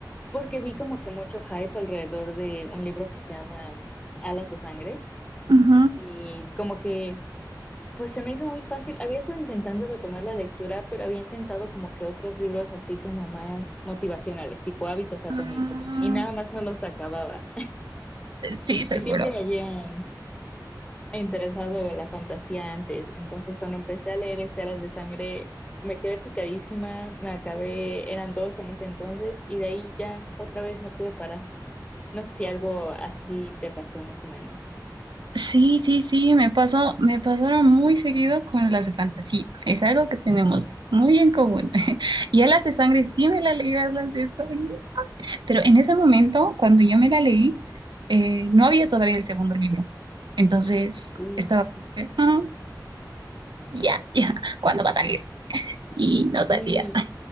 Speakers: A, on the left; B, on the right.
A: porque vi como que mucho hype alrededor de un libro que se llama Alas de Sangre,
B: ujú.
A: y como que, pues se me hizo muy fácil. Había estado intentando retomar la lectura, pero había intentado como que otros libros así como más motivacionales, tipo Hábitos Atómicos,
B: Mm,
A: y nada más no los acababa.
B: sí, seguro.
A: Y siempre me había interesado la fantasía antes. Entonces, cuando empecé a leer este Alas de Sangre, me quedé picadísima. Me acabé, eran dos en ese entonces, y de ahí ya otra vez no pude parar. No sé si algo así te pasó más o menos.
B: Sí, sí, sí, me pasó, me pasaron muy seguido con las de fantasía. Es algo que tenemos muy en común. <laughs> Y a las de sangre sí me la leí, a las de sangre. Pero en ese momento, cuando yo me la leí, eh, no había todavía el segundo libro. Entonces
A: Uh,
B: estaba como que, "Mm, ya, ya, ¿cuándo va a salir? Y no salía.
A: sí,